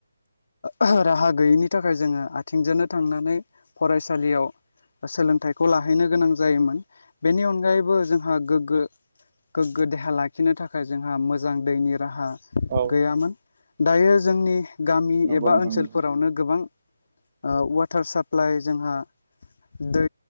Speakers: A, on the left (about 60°); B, on the right (about 35°).
A: आह राहा गैयैनि थाखाय जोङो आथिंजोंनो थांनानै फरायसालियाव सोलोंथाइखौ लाहैनो गोनां जायोमोन बेनि अनगायैबो जोंहा गोग्गो गोग्गो देहा लाखिनो थाखाय जोंहा मोजां दैनि राहा
B: औ
A: गैयामोन दायो जोंनि गामि
B: नंगौ
A: एबा
B: नोंथां
A: ओनसोलफोरावनो
B: नंगौ
A: गोबां ओ वाटार साप्लाइ जोंहा दै